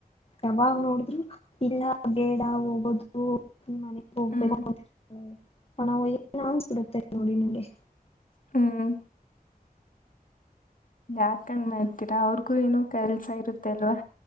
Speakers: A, on the left; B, on the left.
A: ಯಾವಾಗ ನೋಡಿದ್ರು ಇಲ್ಲ ಬೇಡ ಹೋಗೋದು ಮನೆಗ್ ಹೋಗ್ಬೇಕಣಯ್ಯಲ್ಲ
B: ಹ್ಮ್
A: ಅನ್ಸ್ಬಿಡುತ್ತೆ ನೋಡಿ ನಂಗೆ
B: ಹ್ಮ್ ಯಾಕಂಗ ಮಾಡ್ತೀರಾ ಅವ್ರಿಗೂ ಏನ ಕೆಲ್ಸ ಇರುತ್ತೆ ಅಲ್ವಾ